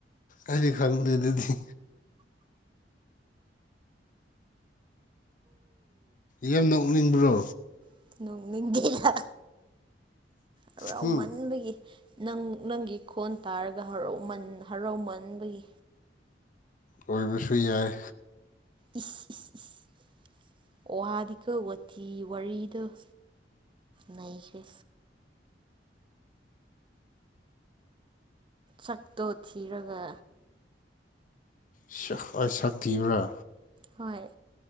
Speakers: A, on the left; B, on the right.
A: ꯑꯩꯗꯤ ꯈꯪꯗꯦ ꯗꯨꯗꯤ ꯌꯥꯝ ꯅꯣꯛꯅꯤꯡꯕ꯭ꯔꯣ
B: <unintelligible> ꯍꯔꯥꯎꯃꯟꯕꯒꯤ
A: ꯍꯨꯝ
B: ꯅꯪ ꯅꯪꯒꯤ ꯈꯣꯟ ꯇꯥꯔꯒ ꯍꯔꯥꯎꯃꯟ ꯍꯔꯥꯎꯃꯟꯕꯒꯤ
A: ꯑꯣꯏꯕꯁꯨ ꯌꯥꯏ
B: ꯏꯁ ꯏꯁ ꯏꯁ <unintelligible> ꯋꯥꯊꯤ ꯋꯥꯔꯤꯗꫭ ꯅꯩꯈ꯭ꯔꯦ ꯁꯛꯇꯣ ꯊꯤꯔꯒ
A: <unintelligible> ꯑꯩ ꯁꯛ ꯊꯤꯕ꯭ꯔꯥ
B: ꯍꯣꯏ